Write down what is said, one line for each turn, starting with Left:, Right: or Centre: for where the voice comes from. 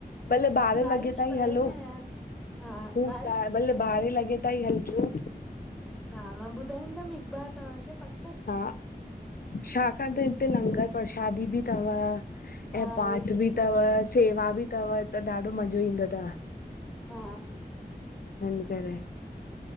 Left: भले ॿारहें
Centre: बारिश
Left: लॻे ताईं
Centre: पए
Left: हलो!
Centre: न यार हा
Left: हूूं
Centre: बारे
Left: त भले
Centre: अच्छा
Left: ॿारें लॻे तांई हलजो!
Centre: हा, मां ॿुधाईंदमि हिकु बार तहांखे पक
Left: हा शाखा <unintelligible> हिते लंगर प्रसादी बि तव
Centre: हा
Left: ऐं पाठ
Centre: उहो त सुठो
Left: बि तव, सेवा बि तव त ॾाढो मज़ो ईंदो तव।
Centre: हा
Left: हिन करे,